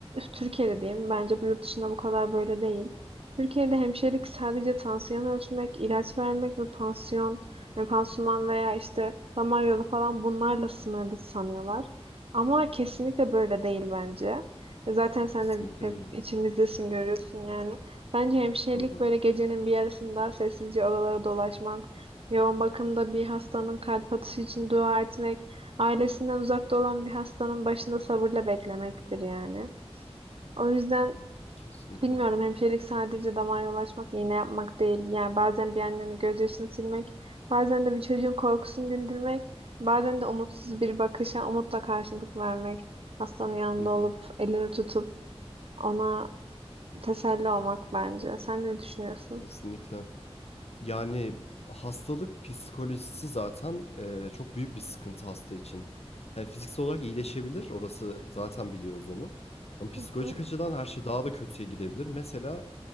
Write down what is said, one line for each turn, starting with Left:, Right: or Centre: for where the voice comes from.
Right: Türkiye'de diyeyim. Bence bu yurt dışında bu kadar böyle değil. Türkiye'de hemşirelik sadece tansiyon ölçmek, ilaç vermek ve pansiyon, yani pansuman veya işte damar yolu falan bunlarla sınırlı sanıyorlar. Ama kesinlikle böyle değil bence. E Zaten sen
Left: Kesinlikle
Right: de hep
Left: değil.
Right: içimizdesin görüyorsun yani. Bence hemşirelik
Left: Hı hı.
Right: böyle gecenin bir yarısında sessizce odalara dolaşmak, yoğun bakımda bir hastanın kalp atışı için dua etmek, Ailesinden uzakta olan bir hastanın başında sabırla beklemektir yani. O yüzden
Left: Kesinlikle.
Right: bilmiyorum hemşirelik sadece damar yolu açmak, iğne yapmak değil. Yani bazen bir annenin gözyaşını silmek, bazen de bir çocuğun korkusunu dindirmek, bazen de umutsuz bir bakışa umutla karşılık vermek. Hastanın yanında
Left: Hı hı.
Right: olup elini tutup ona teselli olmak bence. Sen ne düşünüyorsun?
Left: Kesinlikle. Yani hastalık psikolojisi zaten e, çok büyük bir sıkıntı hasta için. Hani fiziksel olarak iyileşebilir, orası zaten biliyoruz onu. Ama psikolojik
Right: Hı hı.
Left: açıdan her şey daha da kötüye gidebilir. Mesela